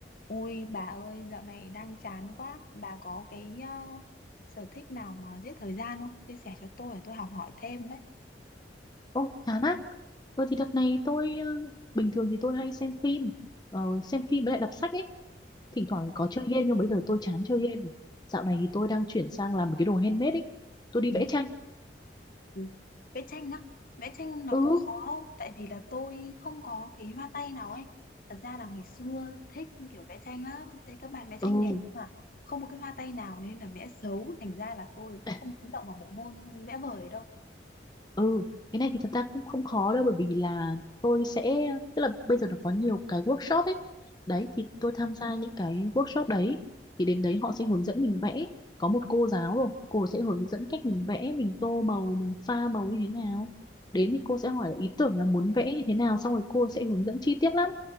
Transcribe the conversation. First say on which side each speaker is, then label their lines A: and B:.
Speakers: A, on the left; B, on the left.
A: Ôi bà ơi, dạo này đang chán quá. Bà có cái ờ, sở thích nào mà giết thời gian không? Chia sẻ cho tôi để tôi học hỏi thêm đấy.
B: Ô, chán á. Ờ thì đợt này tôi ờ, bình thường thì tôi hay xem phim, ờ, xem phim với lại đọc sách ấy. Thỉnh
A: Ừ.
B: thoảng có chơi game nhưng bây giờ tôi chán chơi game. rồi. Dạo này thì tôi đang chuyển sang làm một cái đồ handmade ấy. Tôi đi
A: Ừ.
B: vẽ tranh.
A: ừ. Vẽ tranh á, vẽ tranh nó
B: Ừ,
A: có khó không? Tại vì là tôi không có cái hoa tay nào ấy. Thật ra là ngày xưa thích kiểu vẽ tranh lắm, thấy các bạn vẽ tranh
B: ừ.
A: đẹp mà không có cái hoa tay nào nên là vẽ xấu. Thành ra là tôi
B: <laughs>
A: không dám động vào bộ môn vẽ vời đâu.
B: Ừ, cái này thì thật ra cũng không khó đâu bởi vì là tôi sẽ tức là bây giờ nó có nhiều cái workshop ấy. Đấy
A: Ừ.
B: thì tôi tham gia những cái workshop đấy thì đến đấy họ sẽ hướng dẫn mình vẽ. Có một cô giáo rồi, cô sẽ hướng dẫn cách mình vẽ, mình tô màu, mình pha màu như thế nào. Đến
A: ừ,
B: thì cô sẽ hỏi là ý tưởng là muốn vẽ như thế nào xong rồi cô sẽ hướng dẫn chi tiết lắm.